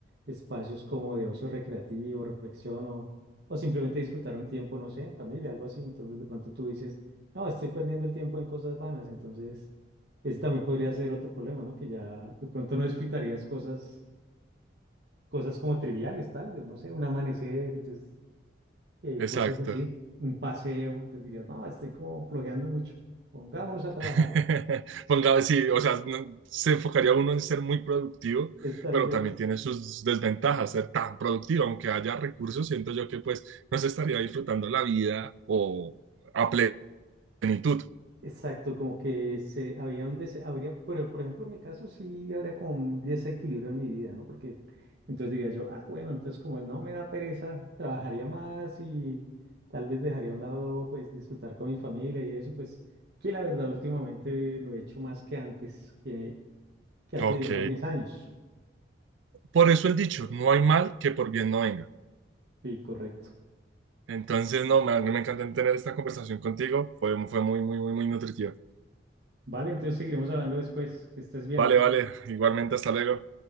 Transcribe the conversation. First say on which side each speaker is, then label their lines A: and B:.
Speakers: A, on the right; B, on the right.
A: espacios como de ocio recreativo, reflexión o, o simplemente disfrutar un tiempo, no sé, en familia, algo así. Entonces de pronto tú dices, no, estoy perdiendo el tiempo en cosas vanas. Entonces ese también podría ser otro problema, ¿no? Que ya de pronto no disfrutarías cosas, cosas como triviales, tal vez, no sé, un amanecer, entonces eh,
B: Exacto.
A: cosas así, un paseo, entonces dirías, no, estoy como flojeando mucho, pongámonos a trabajar.
B: <laughs> Ponga, sí, o sea, no- se enfocaría uno en ser muy productivo,
A: Es tal
B: pero
A: vez,
B: también tiene sus desventajas ser tan productivo, aunque haya recursos, siento yo que pues no se estaría disfrutando la vida o a plenitud.
A: exacto, como que se, había un dese- habría, por, por ejemplo, en mi caso sí habría como un desequilibrio en mi vida, ¿no? Porque entonces diría yo, ah, bueno, entonces como no me da pereza, trabajaría más y tal vez dejaría a un lado, pues, disfrutar con mi familia y eso, pues, que la verdad últimamente lo he hecho más que antes, que, que hace,
B: Ok,
A: digamos, 10 años.
B: por eso el dicho, no hay mal que por bien no venga.
A: Sí, correcto.
B: Entonces, no, me, me encantó tener esta conversación contigo, fue, fue muy, muy, muy, muy nutritiva.
A: Vale, entonces seguiremos hablando después. Que estés bien.
B: Vale, vale, igualmente, hasta luego.